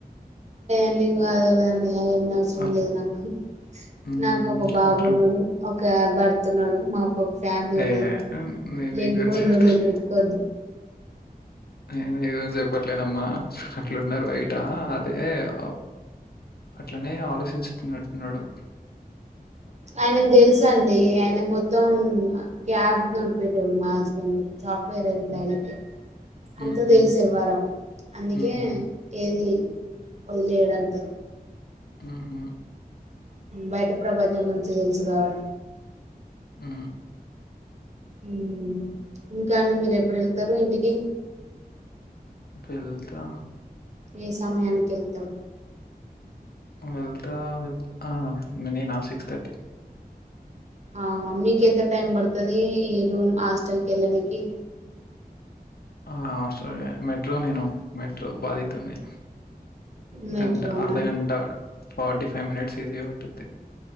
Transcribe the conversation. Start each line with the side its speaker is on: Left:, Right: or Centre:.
Right: ఏం కాదు లేండి అయన్ని అవసరం
Left: అప్
Right: లేదు నాకు
Left: హ్మ్.
Right: నాకు ఒక బాబు
Left: అట్లా
Right: ఉన్నడు ఒక భర్ తున్నాడు మాకు ఫ్యామిలీ
Left: ఏ
Right: ఉన్నది
Left: నేను
Right: లేని
Left: నీ గురించి
Right: పోన్లు
Left: చెప్తాలే.
Right: అన్ని లెకొద్దు
Left: నేను ఏదో చెప్పట్లేనమ్మా అట్లున్నారు బయట అదే అ అట్లనే ఆలోచించుతున్నట్టున్నాడు
Right: ఆయనకు దెలుసండీ ఆయన మొత్తం క్యాబ్ నడిపెటోడు మా హస్బెండ్ సాఫ్ట్ వేర్ ఎంప్లాయ్
Left: హ్మ్.
Right: లకె
Left: హుహు.
Right: అంతదెలుసెవ్వారం అందుకే
Left: హుహు.
Right: ఏదీ ఒదిలేయడంత
Left: ఊహూ
Right: బయట ప్రపంచం గురించి దెలుసు కావ
Left: ఊ
Right: ఊ ఇంకా అండి మీరెప్పుడెళ్తరూ ఇంటికీ
Left: ఎల్తా
Right: ఏ సమయానికెల్తరు
Left: వెళ్తా వెళ్తా నేనా సిక్స్ థర్టీ కి
Right: అవున మీకెంత టైం బడుతదీ రూమ్ హాస్టల్ కెళ్ళనీకీ
Left: ఆ హాస్టలే మెట్రో నేనూ మెట్రో బాధితున్ని
Right: మెట్రోనా
Left: గంట అర్ధగంట ఫోర్టీ ఫై మినట్స్ ఈజీగా పట్టిద్ది